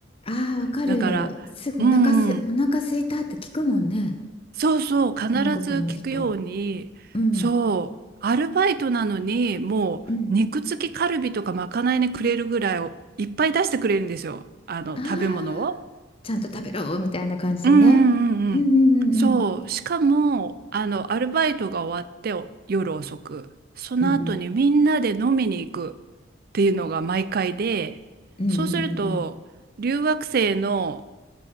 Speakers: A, on the left; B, on the right.
A: ああわかる、
B: だから、
A: すぐおなかすおなか空いたって聞くもんね、
B: うんうん、そうそう、必ず聞くように、
A: 韓国の人、うん
B: そう、アルバイトなのにもう肉付きカルビとかまかないにくれるぐらいをいっぱい出してくれるんですよ、
A: うん、
B: あの食べ物を。
A: ああちゃんと食べろみたいな感じでね、
B: うんうんうんうん。
A: うんうんうんうん
B: そう。しかも、あの、アルバイトが終わってお夜遅く、その後にみんなで飲みに行くっていうのが毎回で、
A: うんうんうんうん
B: そうすると、留学生の